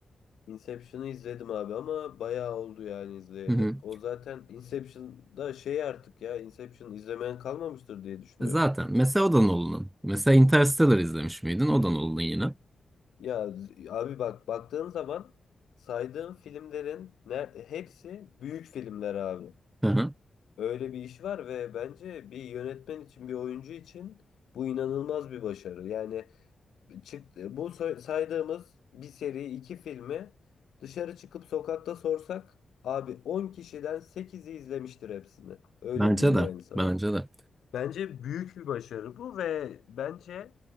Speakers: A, on the left; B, on the right.
A: Inception'ı izledim abi ama bayağı oldu yani izleyeli.
B: Hı hı.
A: O zaten Inception'da şey artık ya Inception izlemeyen kalmamıştır diye düşünüyorum.
B: Zaten. Mesela o da Nolan'ın. Mesela Interstellar izlemiş miydin? O da Nolan'ın yine.
A: Ya z- abi bak baktığın zaman saydığım filmlerin ne, hepsi büyük filmler abi.
B: Hı hı.
A: Öyle bir iş var ve bence bir yönetmen için bir oyuncu için bu inanılmaz bir başarı. Yani çıktı. Bu say- saydığımız bir seri iki filmi dışarı çıkıp sokakta sorsak abi 10 kişiden 8'i izlemiştir hepsini. Öyle
B: Bence
A: diyeyim
B: de.
A: yani sana.
B: Bence de.
A: Bence büyük bir başarı bu ve bence